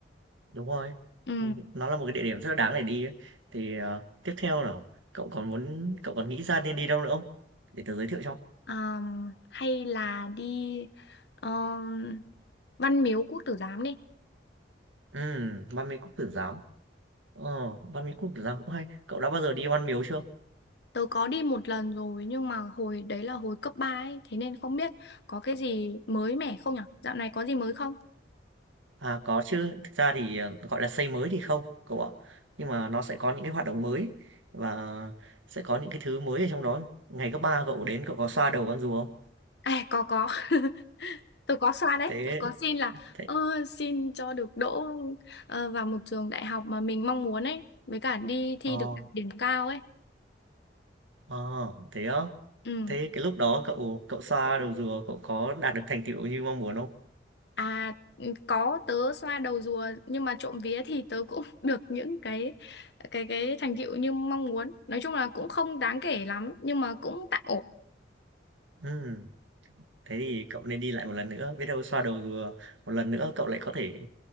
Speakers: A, on the right; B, on the left.
A: đúng rồi.
B: Ừ.
A: Ừm, nó là một cái địa điểm rất là đáng để đi ấy. Thì, ờ, tiếp theo là cậu còn muốn cậu còn nghĩ ra nên đi đâu nữa không? Để tớ giới thiệu cho.
B: Ờm, hay là đi ờm, Văn Miếu Quốc Tử Giám đi.
A: Ừm, Ban Mỹ Quốc Tử Giám. Ờ, Ban Mỹ Quốc Tử Giám cũng hay. Cậu đã bao giờ đi Ban Miếu chưa?
B: Tớ có đi một lần rồi nhưng mà hồi đấy là hồi cấp ba, ấy, thế nên không biết có cái gì mới mẻ không nhở Dạo này có gì mới không?
A: À, có chứ. Thực ra thì, ờ, gọi là, xây mới thì không, cậu ạ. Nhưng mà nó sẽ có những cái hoạt động mới và sẽ có những cái thứ mới ở trong đó. Ngày cấp 3 cậu đến cậu có xoa đầu con rùa không?
B: À có có. <laughs> Tớ có xoa đấy,
A: Thế
B: tớ có xin là
A: thế
B: ơ, xin cho được đỗ ờ, vào một trường đại học mà mình mong muốn ấy, với cả đi thi
A: ờ,
B: được điểm cao ấy.
A: ờ, thế á?
B: Ừ.
A: Thế cái lúc đó cậu cậu xoa đầu rùa cậu có đạt được thành tựu như mong muốn không?
B: À ừ, có tớ xoa đầu rùa nhưng mà trộm vía thì tớ cũng <laughs> được những cái cái cái thành tựu như mong muốn. Nói chung là cũng không đáng kể lắm nhưng mà cũng tạm ổn.
A: Ừm, thế thì cậu nên đi lại một lần nữa, biết đâu xoa đầu rùa một lần nữa cậu lại có thể